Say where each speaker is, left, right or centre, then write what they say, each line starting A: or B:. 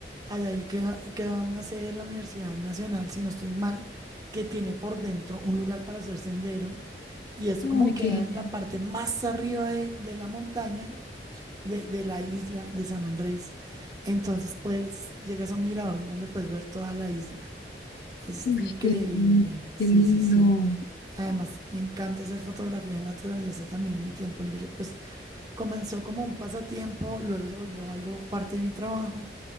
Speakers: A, on the right; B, on the left.
A: allá ahí queda, queda una sede de la Universidad Nacional, si no estoy mal, que tiene por dentro un lugar para hacer sendero. Y esto
B: Ay,
A: como queda
B: qué genial.
A: en la parte más arriba de, de la montaña, de, de la isla de San Andrés. Entonces, pues, llegas a un mirador en donde puedes ver toda la isla. Es
B: Uy,
A: increíble,
B: qué, genial.
A: sí,
B: qué lindo.
A: sí, sí. Además, me encanta hacer fotografía de naturaleza también en mi tiempo libre, pues Comenzó como un pasatiempo, luego se volvió algo parte de mi trabajo